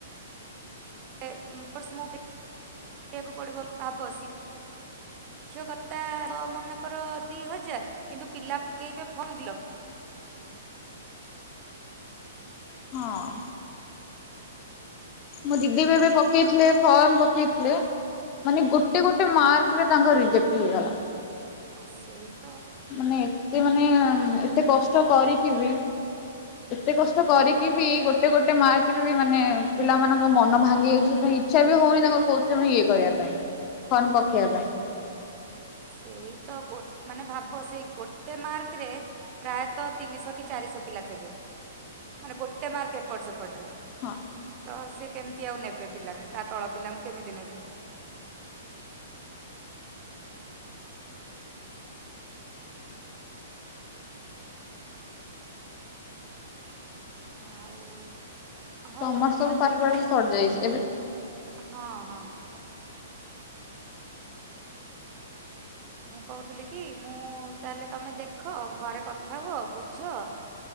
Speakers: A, on the right (about 30°); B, on the left (about 30°).
A: <unintelligible> ଶିକ୍ଷକତା ମନେକର ଦି ହଜାର କିନ୍ତୁ ପିଲା ପକେଇବେ ଫର୍ମ ଦି ଲକ୍ଷ।
B: ହଁ। ମୋ ଦିଦି ବି ଏବେ ପକେଇଥିଲେ ଫର୍ମ ପକେଇଥିଲେ। ମାନେ ଗୋଟେ ଗୋଟେ ମାର୍କରେ ତାଙ୍କର ରିଜେକ୍ଟ ହେଇଗଲା।
A: ଆସେ।
B: ମାନେ ଏତେ ମାନେ ଏତେ କଷ୍ଟ କରିକି ବି ଏତେ କଷ୍ଟ କରିକି ବି ଗୋଟେ ଗୋଟେ ମା ମାନେ ପିଲାମାନଙ୍କ ମନ ଭାଙ୍ଗି ଯାଇଛି ସେଥିପାଇଁ ଇଚ୍ଛା ବି ହଉନି ତାଙ୍କର କହୁଥିଲେ ଇଏ କରିବା ପାଇଁକା। ଫ୍ରମ ପକେଇବା ପାଇଁ।
A: ସେଇତ ଗୋ ମାନେ ଭାବ ସେଇ ଗୋଟେ ମାର୍କରେ। ପ୍ରାୟତଃ ତିନିଶହ କି ଚାରିଶହ ପିଲା ଥିବେ ମାନେ ଗୋଟେ ମାର୍କ ଏପଟ ସେପଟରେ।
B: ହଁ।
A: ତ ସେ କେମିତି ଆଉ ନେବେ ପିଲାଙ୍କୁ ତା ତଳ ପିଲାଙ୍କୁ କେମିତି ନେବେ? ଆଉ ହଉ
B: ତମର
A: ତମେ
B: ସବୁ
A: ତାହେଲେ
B: ପାଠପଢା
A: ଗୋଟେ
B: ସରିଯାଇଛି ଏବେ
A: ହଁ ହଁ ମୁଁ କହୁଥିଲି କି ମୁଁ ତାହେଲେ ତମେ ଦେଖ ଘରେ କଥା ହୁଅ ବୁଝ